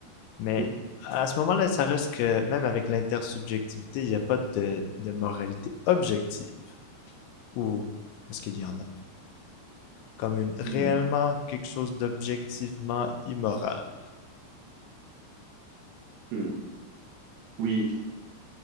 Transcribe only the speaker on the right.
<laughs>
Oui,
Hmm.
Hmm. Oui,